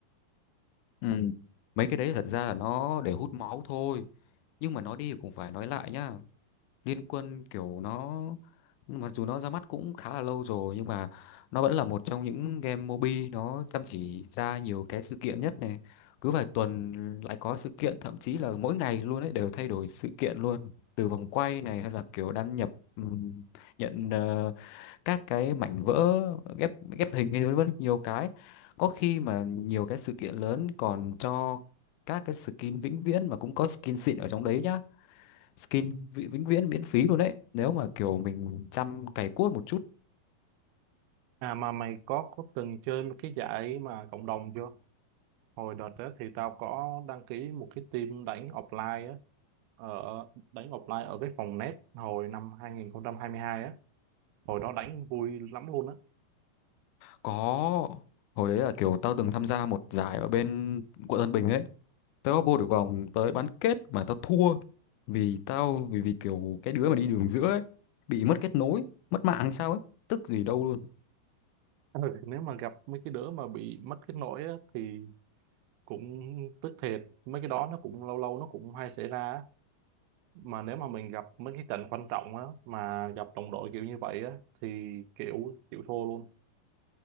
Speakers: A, on the left; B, on the right.
A: ừ. mấy cái đấy thật ra là nó để hút máu thôi nhưng mà nó đi thì cũng phải nói lại nhá Liên Quân kiểu nó mặc dù nó ra mắt cũng khá là lâu rồi nhưng mà nó vẫn là một trong những game mobi nó chăm chỉ ra nhiều cái sự kiện nhất này cứ vài tuần lại có sự kiện thậm chí là mỗi ngày luôn ấy đều thay đổi sự kiện luôn từ vòng quay này hay là kiểu đăng nhập ừm, nhận ờ, các cái mảnh vỡ ghép ghép hình hay vân vân nhiều cái có khi mà nhiều cái sự kiện lớn còn cho các cái skin vĩnh viễn mà cũng có skin xịn ở trong đấy nhá skin vi- vĩnh viễn miễn phí luôn đấy nếu mà kiểu mình chăm cày cuốc một chút
B: à mà mày có có từng chơi một cái giải mà cộng đồng chưa hồi đợt đó thì tao có đăng ký một cái team đánh offline á ở đánh offline ở cái phòng net hồi năm hai hai nghìn không trăm hai mươi hai á hồi đó đánh vui lắm luôn á
A: có hồi đấy là kiểu tao từng tham gia một giải ở bên quận Tân Bình ấy tao có vô được vòng tới bán kết mà tao thua vì tao vì vì kiểu cái đứa mà đi đường giữa ấy bị mất kết nối mất mạng hay sao ấy tức gì đâu luôn
B: ừ. <laughs> nếu mà gặp mấy cái đứa mà bị mất kết nối á, thì cũng tức thiệt mấy cái đó nó cũng lâu lâu nó cũng hay xảy ra á. mà nếu mà mình gặp mấy cái trận quan trọng á mà gặp đồng đội kiểu như vậy á thì kiểu chịu thua luôn